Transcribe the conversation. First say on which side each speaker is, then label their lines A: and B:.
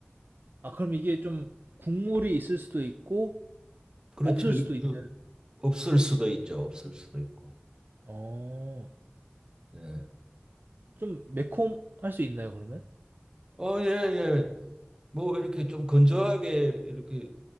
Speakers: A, on the right; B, on the right.
A: 아, 그럼 이게 좀 국물이 있을 수도 있고,
B: 그렇죠.
A: 없을 수도 있는,
B: 그 없을 수도 있죠. 없을 수도 있고.
A: 어,
B: 예.
A: 좀 매콤할 수 있나요, 그러면?
B: 어, 예, 예. 뭐 이렇게 좀 건조하게 이렇게